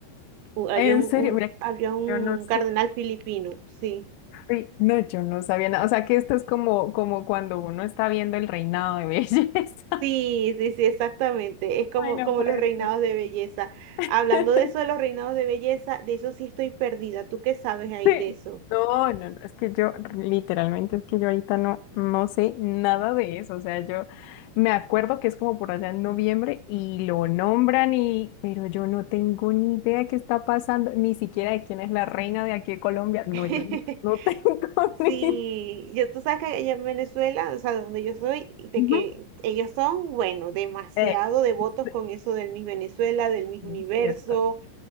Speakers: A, on the right; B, on the left.
A: u- Había
B: En
A: un,
B: serio,
A: un-
B: mira,
A: había un
B: yo no sé.
A: cardenal filipino, sí.
B: Uy, No, yo no sabía nada. O sea que esto es como, como cuando uno está viendo el reinado de <laughs> belleza.
A: Sí, sí, sí, exactamente. Es como,
B: Ay, no
A: como
B: puede
A: los reinados
B: ser.
A: de belleza. Hablando
B: <laughs>
A: de eso de los reinados de belleza, de eso sí estoy perdida. ¿Tú qué sabes ahí
B: Sí.
A: de eso?
B: No, no, no, es que yo literalmente es que yo ahorita no, no sé nada de eso. O sea, yo me acuerdo que es como por allá en noviembre y lo nombran y, pero yo no tengo ni idea qué está pasando, ni siquiera de quién es la reina de aquí de Colombia. No,
A: <laughs>
B: yo no, no tengo <laughs> ni
A: Sí,
B: idea.
A: yo, tú sabes que allá en Venezuela, o sea, donde yo soy, de
B: Ujú.
A: que ellos son, bueno, demasiado
B: Eh,
A: devotos
B: sí,
A: con eso del Miss Venezuela, del Miss
B: sí,
A: Universo.
B: es cierto.